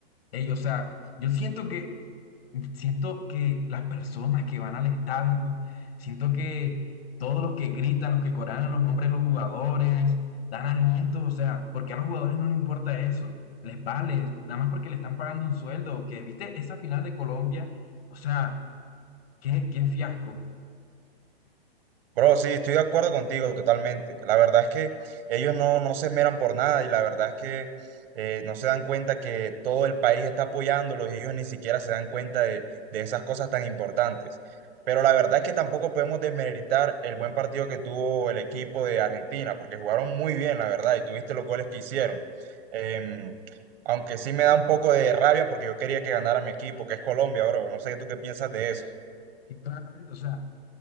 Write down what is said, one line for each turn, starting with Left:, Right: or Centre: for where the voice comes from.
Left: Ey, o sea, yo siento que, siento que las personas que van al estadio, siento que todos los que gritan, los que corean los nombres de los jugadores, dan alientos, o sea, porque a los jugadores no les importa eso? Les vale, nada más porque le están pagando un sueldo, que, ¿viste? Esa final de Colombia, o sea, qué, qué fiasco,
Right: Bro, sí, estoy de acuerdo contigo totalmente. La verdad es que ellos no, no se esmeran por nada y la verdad es que eh, no se dan cuenta que todo el país está apoyándolos y ellos ni siquiera se dan cuenta de, de esas cosas tan importantes. Pero la verdad es que tampoco podemos desmeritar el buen partido que tuvo el equipo de Argentina, porque jugaron muy bien, la verdad, y tuviste los goles que hicieron. Em, aunque sí me da un poco de rabia porque yo quería que ganara mi equipo, que es Colombia, bro. No sé tú qué piensas de eso.
Left: y claramente, o sea.